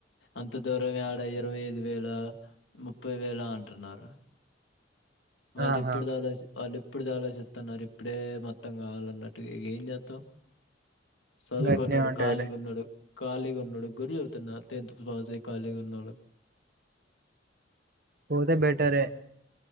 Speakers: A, on the left; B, on the right.
A: అంత దూరం యాడ ఇరవై ఐదు వేలా, ముప్పై వేల అంటున్నారు. వాళ్ళిప్పడిదే
B: ఆహా
A: ఆలోచి వాలిప్ ఇప్పడిదె ఆలోచిత్తున్నారు ఇప్పుడే మొత్తం కావాలన్నట్టు ఇగ ఏం చేత్తం సదువుకున్నోడు
B: గట్నే ఉంటదిలే
A: కాలిగున్నోడు, కాలిగున్నోడు గ్గుడ చెబుతున్న టెన్త్ బాజే కాలీగున్నోలక్
B: పోతే బెటరే